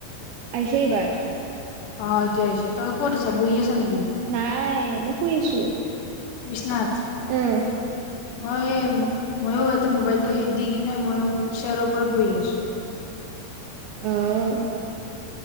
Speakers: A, on the right; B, on the left.
A: আহিছে এইবাৰ
B: অ এতিয়া আহিছে তই ক'ত আছ বহি আছ নেকি
A: নাই মই শুই আছোঁ
B: বিছনাত
A: উম
B: অ, এই মইয়ো এতিয়া মোবাইলটো সে দি কিনে মইয়ো শ্বেয়াৰ ওপৰত বহিলোঁ।
A: অহ